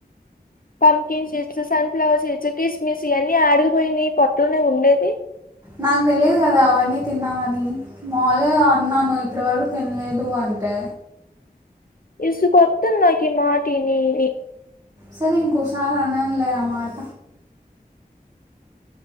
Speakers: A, on the left; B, on the right.
A: పంకిన్ సీట్స్ సన్ఫ్లవర్ సీట్స్ క్రిస్మిస్ ఇయన్నీ ఆడికిపోయినాయి పొట్లోనే ఉండేది
B: నాకు తెలియదు కదా అవన్నీ తిన్నవని మాములుగా అన్నాను ఇప్పటి వరకు తినలేదు అంటే
A: ఇసుకొతుంది నాకిమాట ఇనీ ఇని
B: సరే ఇంకోసారి అననులే ఆమాట